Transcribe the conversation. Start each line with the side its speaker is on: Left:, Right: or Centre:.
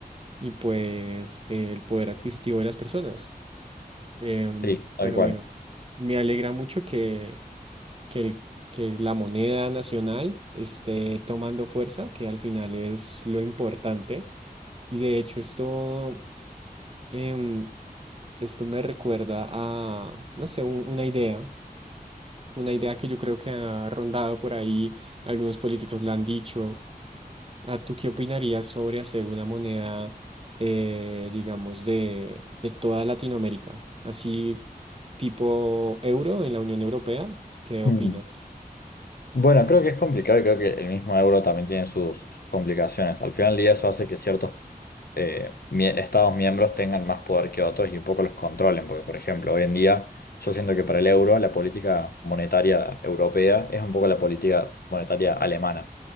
Right: y pues eh, el poder adquisitivo de las personas. Em,
Left: Sí, tal
Right: pero
Left: cual.
Right: bueno, me alegra mucho que, que, el- que la moneda nacional esté tomando fuerza, que al final es lo importante. Y de hecho esto em, esto me recuerda a, no sé, un- una idea, una idea que yo creo que ha rondado por ahí, algunos políticos la han dicho. ¿A tú qué opinarías sobre hacer una moneda, eh, digamos, de, de toda Latinoamérica? Así tipo euro en la Unión Europea, ¿qué opinas?
Left: Mm. Bueno, creo que es complicado y creo que el mismo euro también tiene sus, sus complicaciones. Al final del día eso hace que ciertos eh, mie- estados miembros tengan más poder que otros y un poco los controlen, porque por ejemplo, hoy en día yo siento que para el euro la política monetaria europea es un poco la política monetaria alemana.